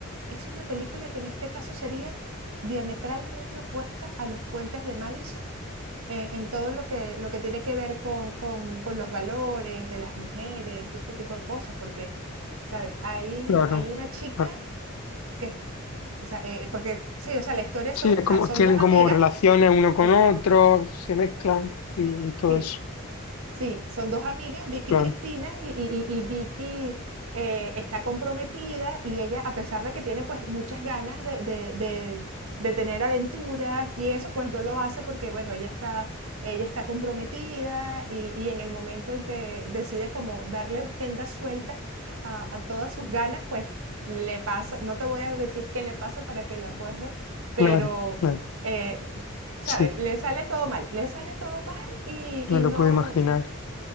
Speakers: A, on the right; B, on the left.
A: es una película que en este caso sería diametralmente opuesta a los puentes de Madison eh, en todo lo que, lo que tiene que ver con, con- con los valores de las mujeres y este tipo de cosas, porque, ¿sabes? Hay,
B: claro,
A: hay una chica
B: claro.
A: que, es- o sea, eh, eh, porque sí, o sea, la historia son,
B: Sí, es
A: o sea,
B: como,
A: son
B: tienen
A: dos amigas,
B: como relaciones uno con
A: exacto.
B: otro, se mezclan y todo
A: Sí,
B: eso.
A: Sí, son dos amigas, Vicky
B: Claro,
A: y Cristina, y, y- y- y Vicky eh, está comprometida y ella, a pesar de que tiene pues muchas ganas de, de- de- de tener aventuras y eso, pues no lo hace porque, bueno, ella está, ella está comprometida y, y en el momento en que decide como darle agenda suelta a, a todas sus ganas, pues le pasa, no te voy a decir qué le pasa para que la puedas ver, pero...
B: claro, claro.
A: eh, ¿Sabes?
B: Sí,
A: Le sale todo mal, le sale todo mal y,
B: me
A: y
B: lo
A: no,
B: puedo imaginar,